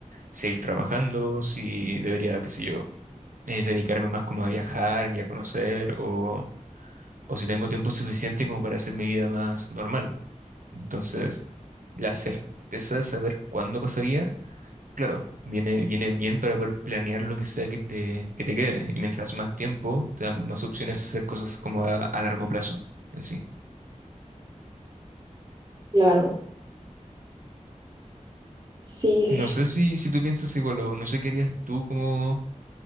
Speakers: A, on the right; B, on the right.
A: seguir trabajando, si debería, qué sé yo, eh, dedicarme más como a viajar y a conocer, o, o si tengo tiempo suficiente como para hacer mi vida más normal. Entonces, la certeza de saber cuándo pasaría Claro, viene, viene bien para poder planear lo que sea que te, que te quede. Y mientras más tiempo, te dan más opciones a hacer cosas como a, a largo plazo en sí.
B: Claro. Sí, sí,
A: No
B: sí.
A: sé si, si tú piensas igual o no sé qué harías tú como,